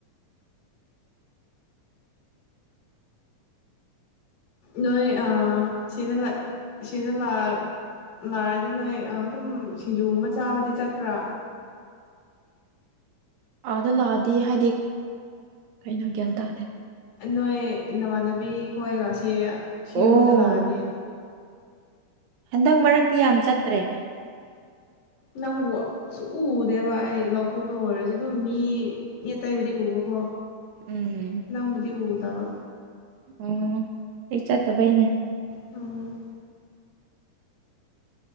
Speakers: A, on the left; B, on the right.
A: ꯅꯣꯏ ꯑ ꯁꯤꯗ ꯁꯤꯗ ꯂꯥꯛ ꯂꯥꯛꯑꯗꯤ ꯅꯣꯏ ꯑꯗꯨꯝ ꯁꯤꯡꯖꯨꯒꯨꯝꯕ ꯆꯥꯕꯗꯤ ꯆꯠꯄ꯭ꯔꯥ
B: ꯑꯥꯗ ꯂꯥꯛꯑꯗꯤ ꯍꯥꯏꯗꯤ ꯀꯩꯅꯣ ꯒ꯭ꯌꯥꯟ ꯇꯥꯗꯦ
A: ꯅꯣꯏ ꯅꯃꯥꯟꯅꯕꯤ ꯈꯣꯏꯒ ꯁꯤ
B: ꯑꯣ
A: ꯌꯨꯝꯗ ꯂꯥꯛꯑꯗꯤ
B: ꯍꯟꯗꯛ ꯃꯔꯛꯇꯤ ꯌꯥꯝ ꯆꯠꯇ꯭ꯔꯦ
A: ꯅꯪꯕꯨ ꯁꯨꯡꯎꯨ ꯎꯗꯦꯕ ꯑꯩ ꯂꯄꯨꯛꯇ ꯑꯣꯏꯔꯁꯨ ꯑꯗꯨꯝ ꯃꯤ ꯑꯇꯩꯕꯨꯗꯤ ꯎꯕꯀꯣ
B: ꯎꯝ
A: ꯅꯪꯕꯨꯗꯤ ꯎꯗꯕ
B: ꯑꯣ ꯑꯩ ꯆꯠꯇꯕꯩꯅꯦ
A: ꯑꯣ